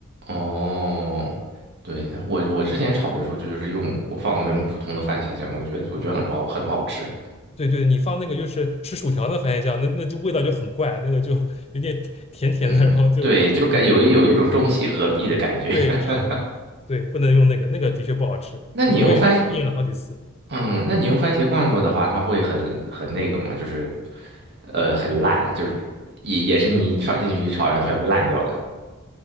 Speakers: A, on the right (about 55°); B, on the left (about 30°).
A: 哦，对，那我我之前炒的时候就就是用我放过那种普通的番茄酱，我觉得我觉得很不好，
B: 嗯，
A: 很不好吃。
B: 对对，你放那个就是吃薯条的番茄酱，那那就味道就很怪，那个就 <laughs> 有点甜甜的，
A: 嗯，
B: 然后就对
A: 对，就感有一有一种中西合璧的感觉。
B: 对是的，
A: <laughs>
B: 对不能用那个，那个的确不好吃。
A: 那你用番，
B: 是的，我也是适应了好几次。
A: 嗯，那你用番茄罐头的话，它会很很那个吗？就是，呃，很烂，就是也也是你炒进去炒上全部烂掉了。